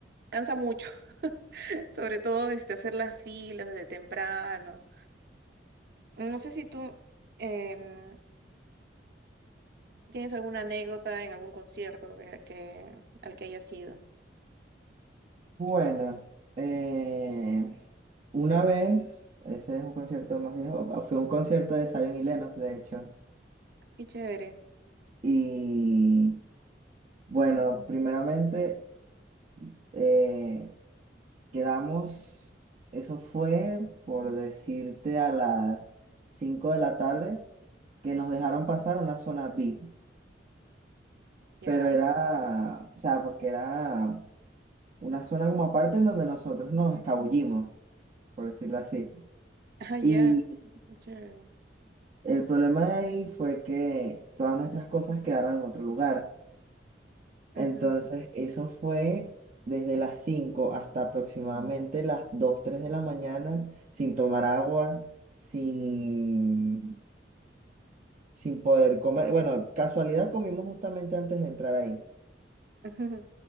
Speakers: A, on the right; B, on the right.
A: cansa mucho, <laughs> sobre todo este, hacer las filas desde temprano. No sé si tú em, tienes alguna anécdota en algún concierto que, que- al que hayas ido.
B: Bueno, eh, una vez, ese es un concierto más viejo, ah, fue un concierto de Zion y Lennox, de hecho.
A: Qué chévere.
B: Y bueno, primeramente. eh, quedamos, eso fue por decirte a las 5 de la tarde, que nos dejaron pasar una zona VIP,
A: Ya.
B: pero era, o sea, porque era una zona como aparte en donde nosotros nos escabullimos, por decirlo así.
A: Ah, ya.
B: Y
A: Chévere.
B: el problema de ahí fue que todas nuestras cosas quedaron en otro lugar.
A: Ajá.
B: Entonces, eso fue desde las 5 hasta aproximadamente las 2 3 de la mañana, sin tomar agua, sin, sin poder comer. Bueno, casualidad comimos justamente antes de entrar ahí.
A: Ajá.